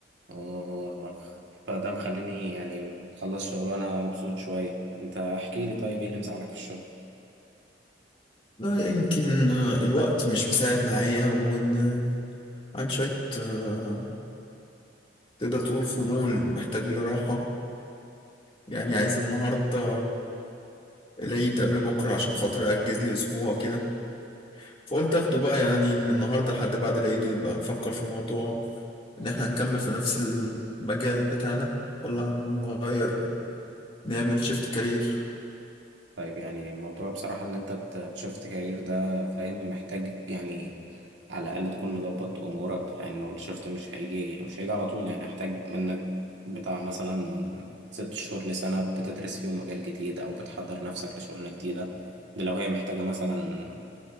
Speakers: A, on the right (about 85°); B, on the left (about 30°).
A: آه، فده مخليني يعني مخلص شغل وانا مبسوط شوية انت احكي لي طيب ايه اللي مزعلك في الشغل؟
B: لا يمكن آه، الوقت مش مساعد معايا وإن عن شوية آه، تقدر تقول خمول محتاج لراحة يعني عايز النهاردة العيد قبل بكرة عشان خاطر أجز لي أسبوع كده فقلت اخده بقى يعني من النهارده لحد بعد العيد نبقى نفكر في موضوع ان احنا هنكمل في نفس المجال بتاعنا ولا هنغير نعمل شيفت كارير
A: طيب يعني موضوع بصراحة إن أنت ت- تشفت كارير ده فاهم محتاج يعني على الأقل تكون مظبط أمورك لأنه الشفت مش هيجي مش هيجي على طول يعني هيحتاج منك بتاع مثلا من ست شهور لسنة بتدرس فيهم مجال جديد أو بتحضر نفسك لشغلانة جديدة ده لو هي محتاجة مثلا